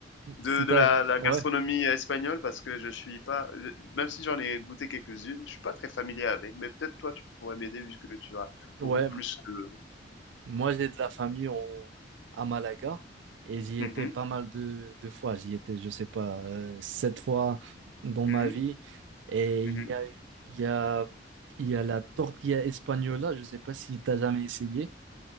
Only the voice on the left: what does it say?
de,
de
la, la
gastronomie espagnole parce que je suis pas, je- même si j'en ai goûté quelques-unes, je suis pas très familier avec, mais peut-être toi tu pourrais m'aider vu que tu as
beaucoup plus de.
Mhm,
mhm,
mhm.